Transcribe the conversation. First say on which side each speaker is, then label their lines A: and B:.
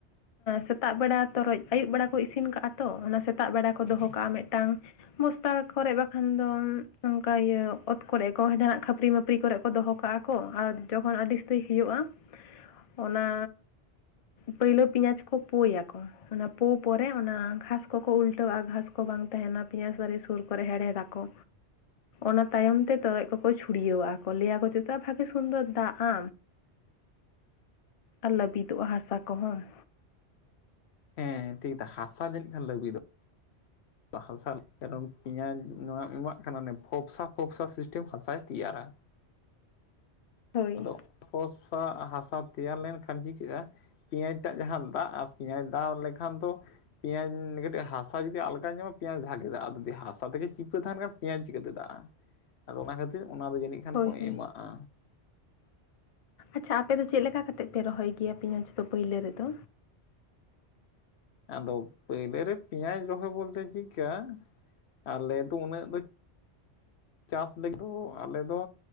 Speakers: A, on the left; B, on the left.
A: ᱥᱮᱛᱟᱜ ᱵᱮᱲᱟ ᱛᱚᱨᱚᱡ ᱟᱹᱭᱩᱵ ᱵᱮᱲᱟ ᱠᱚ ᱤᱥᱤᱱ ᱠᱟᱜᱼᱟ ᱛᱚ ᱚᱱᱟ ᱥᱮᱛᱟᱜ ᱵᱮᱲᱟ ᱠᱚ ᱫᱚᱦᱚ ᱠᱟᱜᱼᱟ ᱢᱤᱫ ᱴᱟᱝᱼᱼ ᱵᱚᱥᱛᱟ ᱠᱚᱨᱮ ᱵᱟᱠᱷᱟᱱ ᱫᱚ ᱱᱚᱝᱠᱟ ᱤᱭᱟᱹ ᱚᱛ ᱠᱚᱨᱮᱼᱼ ᱡᱟᱦᱱᱟᱜ ᱠᱷᱟᱹᱯᱟᱹᱨ ᱢᱟᱯᱟᱹᱨ ᱠᱚᱨᱮ ᱠᱚ ᱫᱚᱦᱚ ᱠᱟᱜᱼᱟ ᱠᱚ ᱟᱨ ᱡᱚᱠᱷᱚᱱ ᱟᱹᱰᱤ ᱥᱛᱨᱤ ᱦᱩᱭᱩᱜᱼᱟ᱾ ᱚᱱᱟᱼᱼ ᱯᱳᱭᱞᱳ ᱯᱮᱸᱭᱟᱡᱽ ᱠᱚ ᱯᱳᱭᱟᱠᱚ ᱚᱱᱟ ᱯᱳ ᱯᱚᱨᱮ ᱚᱱᱟ ᱜᱷᱟᱥ ᱠᱚᱠᱚ ᱩᱞᱴᱟᱹᱼᱟ᱾ ᱜᱷᱟᱥᱼᱼ ᱵᱟᱝ ᱛᱟᱦᱮᱱᱟ ᱯᱮᱸᱭᱟᱥ ᱵᱟᱨᱤ ᱥᱩᱨ ᱠᱚᱨᱮ ᱦᱮᱲᱦᱮᱫᱟᱠᱚ ᱚᱱᱟ ᱛᱟᱭᱚᱢ ᱛᱮᱼᱼ ᱛᱚᱨᱚᱡ ᱠᱚᱠᱚ ᱪᱷᱩᱲᱭᱟᱹᱣᱟ ᱠᱚ ᱞᱟᱹᱭᱟᱠᱚ ᱪᱮᱫᱚ ᱵᱷᱟᱜᱮ ᱥᱩᱱᱫᱚᱨ ᱫᱟᱜᱼᱟ ᱟᱨ ᱞᱟᱹᱵᱤᱫᱚᱜᱼᱟ ᱦᱟᱥᱟ ᱠᱚᱦᱚᱸᱼᱼ
B: ᱦᱮᱸ ᱴᱷᱤᱠᱟ ᱦᱟᱥᱟ ᱡᱟᱹᱱᱤᱡ ᱠᱷᱟᱱ ᱞᱩᱭᱮᱫ ᱫᱚᱜᱼᱼ
A: <inaudible>
B: ᱦᱟᱥᱟᱢ ᱯᱮᱸᱭᱟᱡᱽ ᱱᱚᱣᱟ ᱮᱢᱟᱜ ᱠᱟᱱᱟ ᱯᱷᱚᱯᱥᱟ ᱯᱷᱚᱯᱥᱟ ᱥᱤᱥᱴᱮᱢ ᱦᱟᱥᱟᱭ ᱛᱮᱭᱟᱨᱟ᱾
A: ᱦᱳᱭ
B: ᱟᱫᱚᱯᱚᱥᱟ ᱦᱟᱥᱟ ᱛᱮᱭᱟᱨ ᱞᱮᱱᱠᱷᱟᱱ ᱪᱤᱠᱟᱹᱜᱼᱟ? ᱯᱮᱸᱭᱟᱡᱽ ᱴᱟᱜ ᱡᱟᱦᱟᱸ ᱫᱟᱜᱼᱟ ᱯᱮᱸᱭᱟᱡᱽ ᱫᱟᱜ ᱞᱮᱠᱷᱟᱱ ᱫᱚ ᱯᱮᱸᱭᱟᱡᱽ ᱠᱟᱹᱴᱤᱡ ᱦᱟᱥᱟ ᱡᱩᱫᱤ ᱟᱞᱠᱟᱧ ᱧᱟᱢᱟ ᱯᱮᱸᱭᱟᱡᱽ ᱵᱷᱟᱜᱮ ᱫᱟᱜᱼᱟ ᱟᱨ ᱡᱩᱫᱤ ᱦᱟᱥᱟ ᱛᱮᱜᱮ ᱪᱤᱯᱟᱹ ᱛᱟᱦᱮᱱᱼᱼ ᱯᱮᱸᱭᱟᱡᱽ ᱪᱤᱠᱟᱹᱛᱮ ᱫᱟᱜᱼᱟ ᱟᱫᱚ ᱚᱱᱟ ᱠᱷᱟᱹᱛᱤᱨ ᱚᱱᱟ ᱫᱚ ᱡᱟᱹᱱᱤᱡ ᱠᱷᱟᱱ
A: ᱦᱳᱭ
B: ᱠᱚ
A: ᱦᱳᱭ
B: ᱮᱢᱟᱜᱼᱟ᱾
A: ᱟᱪᱪᱷᱟ ᱟᱯᱮ ᱫᱚ ᱪᱮᱫ ᱞᱮᱠᱟ ᱠᱟ ᱠᱟᱛᱮᱮᱫ ᱯᱮ ᱨᱚᱦᱚᱭ ᱜᱮᱭᱟ ᱯᱮᱸᱭᱟᱡᱽ ᱫᱚ ᱯᱳᱭᱞᱳ ᱨᱮᱫᱚ᱾
B: ᱟᱫᱚ ᱯᱳᱭᱞᱳ ᱨᱮ ᱯᱮᱸᱭᱟᱡᱽ ᱨᱚᱦᱚᱭ ᱵᱚᱞᱛᱮ ᱪᱮᱫᱠᱟ ᱟᱞᱮ ᱫᱚ ᱩᱱᱟᱹᱜ ᱫᱚᱼᱼ ᱪᱟᱥ ᱞᱟᱹᱜᱤᱫ ᱫᱚ ᱟᱞᱮ ᱫᱚ